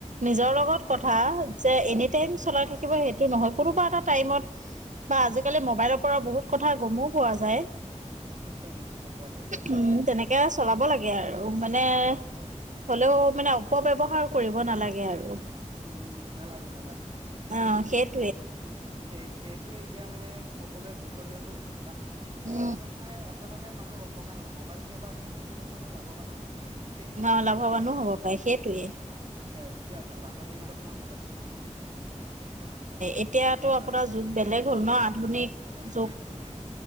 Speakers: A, on the right; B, on the right.
A: নিজৰ লগত
B: হয়
A: কথা
B: হয়
A: যে এনি টাইম চলাই
B: হয়
A: থাকিব সেইটো নহয় কোনোবা এটা টাইমত বা আজিকালি মোবাইলৰ পৰা বহুত কথা গমো পোৱা যায়
B: নিশ্চয় নিশ্চয় পোৱা যায় পোৱা যায়
A: উম তেনেকে আছে চলাব লাগে আৰু মানে
B: হয় হয়
A: হ'লেও মানে অপৱ্যহাৰ কৰিব নালাগে আৰু <unintelligible>
B: উম উম নালাগে নালাগে
A: অ সেই
B: তিয়া সেই খে য়ে এতিয়া মানে সকলোৱে গুৰুত্ব দিয়াটো উচিত কাৰণ মোবাইল
A: উম
B: ফোনে আচলতে মানুহক অপকাৰ মোবাইল ফোনৰ পৰা আপুনি বিভিন্ন ধৰণৰ লাভাবানো হব ন্তু দেই
A: অ লাভৱানো
B: আপোনাৰ
A: হ'ব পাৰে সেইটোৱে
B: সে এতিয়া চাওক আগ দিনত আপোনাৰ মোবাইল ফোন নাছিলে তেতিয়া কি হয় মোবাইল
A: এতিয়াতো
B: ফোনৰ দ্বাৰা আপোনাৰ
A: যুগ
B: মানে
A: বেলেগ
B: কি হয়
A: হ'ল
B: ইটো
A: ন
B: সিটোৰ
A: আধুনিক
B: দ আদান
A: যুগ
B: প্ৰদান কৰিব <unintelligible>